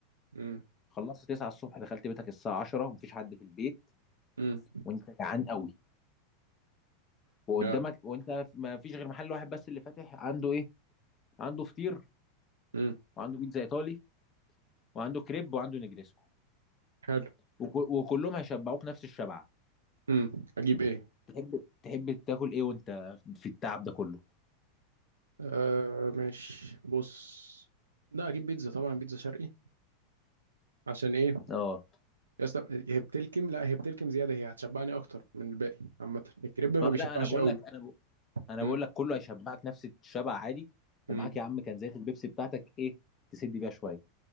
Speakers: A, on the right; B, on the left.
A: مم،
B: خلصت 9 الصبح دخلت بيتك الساعه 10 ومفيش حد في البيت
A: مم،
B: وانت جعان قوي وقدامك
A: يا،
B: وانت ما فيش غير محل واحد بس اللي فاتح عنده ايه عنده فطير
A: مم،
B: وعنده بيتزا ايطالي وعنده كريب وعنده نجريسكو
A: حلو
B: وك- وكلهم هيشبعوك نفس الشبعه
A: مم، اجيب ايه
B: تحب تحب تاكل ايه وانت في التعب ده كله
A: آه ماشي بص لا اجيب بيتزا طبعا بيتزا شرقي عشان ايه
B: اه
A: يا اسطى هي بتلكم لا هي بتلكم زياده هي هتشبعني اكتر من الباقي عامه الكريب ما
B: ما-
A: بيشبعش
B: لا انا بقول
A: قوي
B: لك انا ب... انا
A: مم.
B: بقول لك كله هيشبعك نفس الشبع عادي ومعاك
A: مم.
B: يا عم كنزات البيبسي بتاعتك ايه تسد بيها شويه